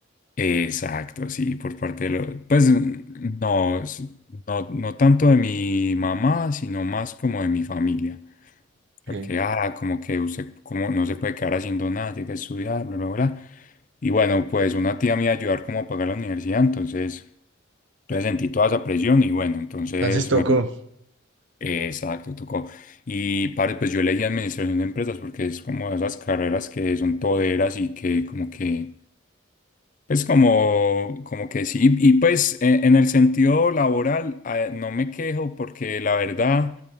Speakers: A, on the left (about 40°); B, on the right (about 70°).
A: Exacto, sí, por parte de lo, pues mm, no, es- no, no tanto de mi mamá, sino más como de mi familia.
B: ok.
A: Porque, ah, como que usted como no se puede quedar haciendo nada, tiene que estudiar, bla, bla, bla. Y bueno, pues una tía me iba a ayudar como a pagar la universidad, entonces, entonces sentí toda esa presión y bueno, entonces
B: Entonces tocó.
A: me... Exacto, tocó. Y padre, pues yo elegí administración de empresas porque es como de esas carreras que son toderas y que como que pues como, como que sí, y pues eh, en el sentido laboral eh, no me quejo porque la verdad